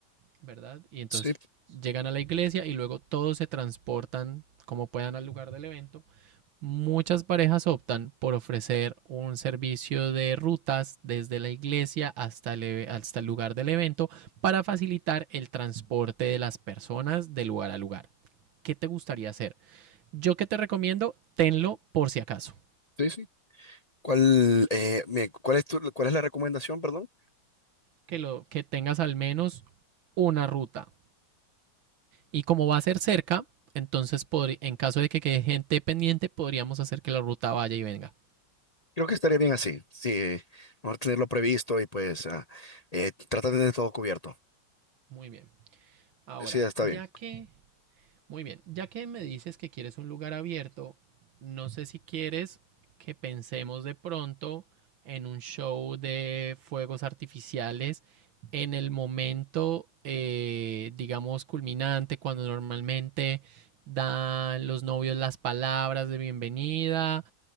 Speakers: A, on the right; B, on the left.
A: ¿verdad? Y entonces
B: Sí,
A: llegan a la iglesia y luego todos se transportan como puedan al lugar del evento Muchas parejas optan por ofrecer un servicio de rutas desde la iglesia hasta el, hasta el lugar del evento para facilitar el transporte de las personas de lugar a lugar. ¿Qué te gustaría hacer? Yo que te recomiendo, tenlo por si acaso,
B: sí, sí. ¿Cuál, eh, me- cuál es tu, cuál es la recomendación, perdón?
A: que, lo, que tengas al menos una ruta. Y como va a ser cerca, entonces podri, en caso de que quede gente pendiente, podríamos hacer que la ruta vaya y venga.
B: Creo que estaría bien así, sí, mejor tenerlo previsto y pues ah, eh, trata de tener todo cubierto.
A: Muy bien. Ahora,
B: Sí, está
A: ya
B: bien,
A: que Muy bien, ya que me dices que quieres un lugar abierto, no sé si quieres que pensemos de pronto en un show de fuegos artificiales en el momento, eh, digamos, culminante, cuando normalmente dan los novios las palabras de bienvenida